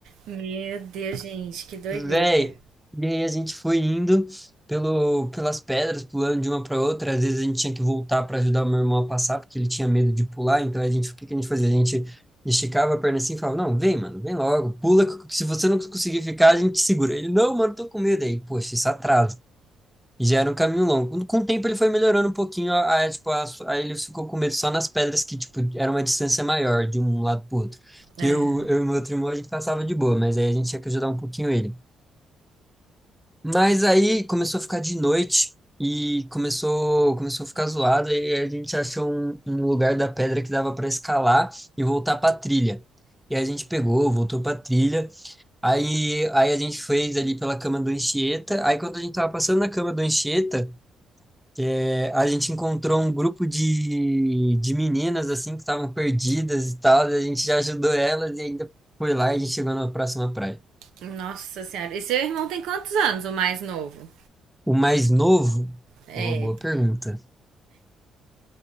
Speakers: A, on the right (about 90°); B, in the centre.
A: Meu Deus, gente, que doideira.
B: Véi, e aí a gente foi indo pelo, pelas pedras, pulando de uma para outra. Às vezes a gente tinha que voltar para ajudar o meu irmão a passar, porque ele tinha medo de pular. Então a gente, o que que a gente fazia? A gente esticava a perna assim e falava: Não, vem, mano, vem logo, pula. que Se você não conseguir ficar, a gente segura. Ele: Não, mano, tô com medo. Aí, poxa, isso atrasa. E já era um caminho longo. Com com o tempo ele foi melhorando um pouquinho, a a, tipo, a- aí ele ficou com medo só nas pedras que, tipo, era uma distância maior de um lado pro outro. Que
A: Aham.
B: eu, eu e meu outro irmão a gente passava de boa, mas aí a gente tinha que ajudar um pouquinho ele. Mas aí começou a ficar de noite e começou, começou a ficar zoado e a gente achou um, um lugar da pedra que dava para escalar e voltar para trilha. E a gente pegou, voltou para trilha. Aí, aí a gente fez ali pela cama do Anchieta. Aí quando a gente tava passando na cama do Anchieta, é, a gente encontrou um grupo de, de meninas assim que estavam perdidas e tal. e a gente já ajudou elas e ainda foi lá e a gente chegou na próxima praia.
A: Nossa senhora. E seu irmão tem quantos anos, o mais novo?
B: O mais novo
A: É.
B: é uma boa pergunta.